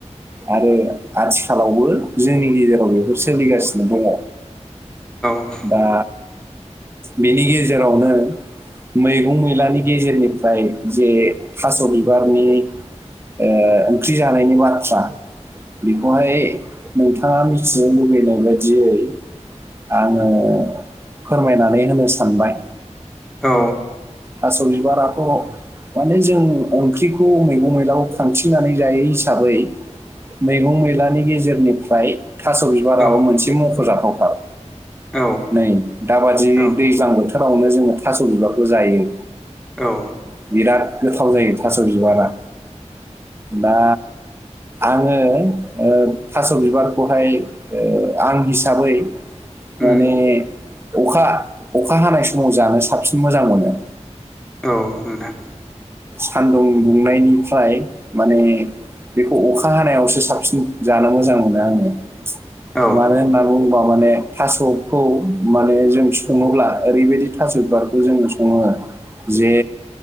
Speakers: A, on the right (about 20°); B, in the centre.
A: आरो आथिखालावबो जोंनि गेजेराव बेफोर सोलिगासिनो दङ
B: औ
A: दा बेनि गेजेरावनो मैगं मैलानि गेजेरनिफ्राय जे थास' बिबारनि ओ ओंख्रि जानायनि बाथ्रा बेखौहाय नोंथाङा मिथिनो लुुबैनाय बायदियै आङो फोरमायनानै होनो सानबाय
B: औ
A: थास' बिबाराथ' माने जों ओंख्रि खौ मैगं मैलाखौ खांथिंनानै जायो हिसाबै मैगं मैलानि गेजेर फोरनिफ्राय थास' बिबाराबो
B: औ
A: मोनसे मख'जाथावथार
B: औ
A: नै दाबादि
B: औ
A: दैज्लां बोथोरावनो जोङो थास' बिबारखौ जायो
B: औ
A: बिराद गोथाव जायो थास' बिबारा दा आङो ओ थास' बिबारखौहाय आं हिसाबै
B: उम
A: माने अखा अखा हानाय समाव जानो साबसिन मोजां मोनो
B: औ नोंथां
A: सानदुं दुंनायनिफ्राय माने बेखौ अखा हानायावसो साबसिन जानो मोजां मोनो आङो
B: औ
A: मानो होनना बुङोबा माने थास'खौ माने जों सङोब्ला ओरैबायदि थास' बिबारखौ जोङो सङो जे